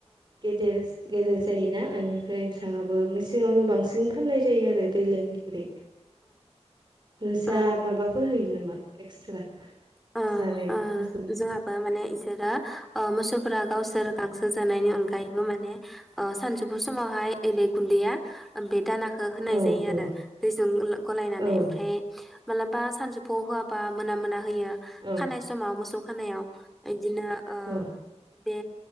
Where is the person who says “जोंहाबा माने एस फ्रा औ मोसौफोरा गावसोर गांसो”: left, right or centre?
Centre